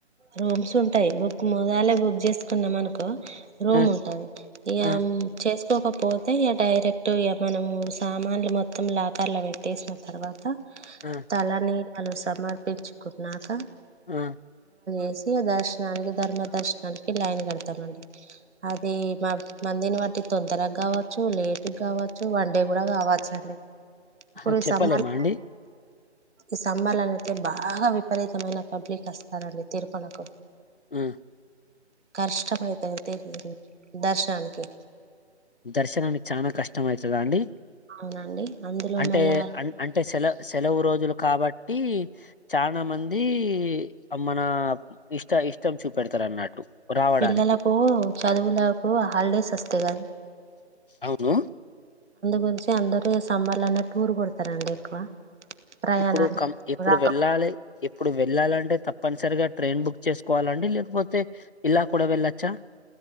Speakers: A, on the right; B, on the left.
A: రూమ్స్ ఉంటాయ్ బుక్ ముదాలే బుక్ చేస్ కున్నం అనుకో రూమ్
B: ఆ
A: ఉంటాది ఇయమ్
B: ఆ
A: చేసుకో కొపోతే ఇయ డైరెట్ట్ ఇయ మనము సామాన్లు మొత్తం లాకర్ల పెట్టేసిన తర్వాత
B: ఆ
A: తాలనిల్ వాళ్ళు సమర్పించుకున్నాక
B: ఉ
A: ఎసి ఆదర్శనానికి ధర్మ దర్శనానికి లైన్ కడతామండి. అది మా మందిని వట్టి తొందరగావచ్చు లేటుగా గావ చ్చు వన్ డే కూడా కావచ్చండి, ఇప్పురు
B: ఆహా, చెప్పలేమా
A: సంమర్
B: అండి
A: ఈ సమ్మర్ళన యితే బా బాగా విపరీతమైన పబ్లిక్ వస్తారండి. తిర్ మలకు
B: ఆ
A: కష్టమైతె తేంది దర్శన్ కి
B: దర్శనానికి చాన కష్టం అయితద అండి.
A: అవునండి అందులో
B: అంటే
A: మళ్ళా
B: అన్ అంటే సేల సె నలువు రోజులు కాబట్టి చాన మంది మన ఇష్ట ఇష్టం చూపెడతారన్నట్టు రావడానికి.
A: పిల్లలకు చదువులకు హాల్డేస్ వస్తయ్ <unintelligible>
B: అవును
A: గురించి అందరూ టూర్ కొడతార అండి ఎక్కువ ప్రయాణాలు
B: ఇప్పుడు క ఎప్పుడు
A: రాకపోతే
B: వెళ్ళాలి ఎప్పుడు వెళ్ళాలంటే తప్పనిసరిగా ట్రైన్ బుక్ చేసుకోవాలండి లేకపోతే ఇలా కూడా వెళ్లచ్చా